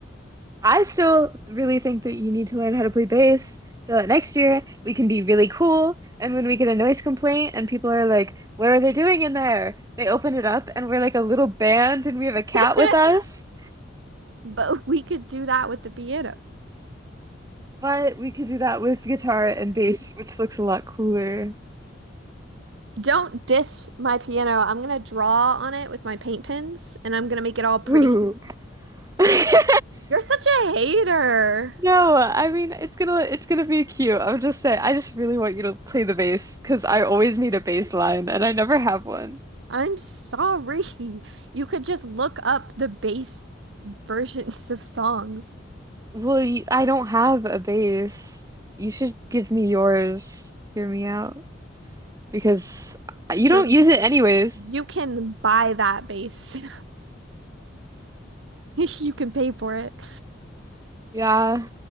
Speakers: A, on the right; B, on the right.
A: I still really think that you need to learn how to play bass so that next year we can be really cool. And when we get a noise complaint and people are like, what are they doing in there? They open it up and we're like a little band and we have a cat
B: <laughs>
A: with us.
B: But we could do that with the piano.
A: But we could do that with guitar and bass, which looks a lot cooler.
B: Don't diss my piano. I'm gonna draw on it with my paint pens and I'm gonna make it all pretty.
A: Ooh. <laughs>
B: You're such a hater.
A: No, I mean it's gonna it's gonna be cute. I'm just saying I just really want you to play the bass because I always need a bass line and I never have one.
B: I'm sorry. <laughs> You could just look up the bass versions of songs.
A: Well, y- I don't have a base. You should give me yours. Hear me out. Because you don't
B: Um.
A: use it anyways.
B: You can buy that base. <laughs> You can pay for it.
A: Yeah.